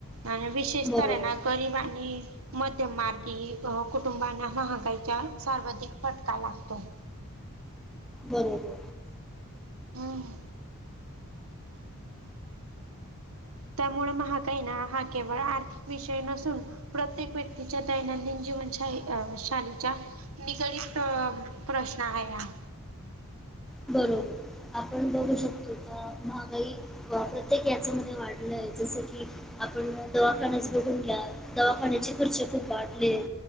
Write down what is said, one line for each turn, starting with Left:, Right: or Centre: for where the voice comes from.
Right: आणि विशेष
Centre: बरोबर,
Right: तर ये ना गरिबांनी आणि मध्यम मार्गी, कुटुंबांना महागाईचा सर्वाधिक फटका वाटतो.
Centre: बरोबर.
Right: हम्. त्यामुळे महागाई ना, हा केवळ आर्थिक विषय नसून प्रत्येक व्यक्तीच्या दैनंदिन जीवनशा शालीच्या निगडीत प्रश्न आहे हा.
Centre: बरोबर, आपण बघू शकतो का महागाई प्रत्येक याच्यामध्ये वाढलंय, जसं की आपण दवाखना्याच बघून घ्या, दवाखान्याचे खर्च खूप वाढलेत.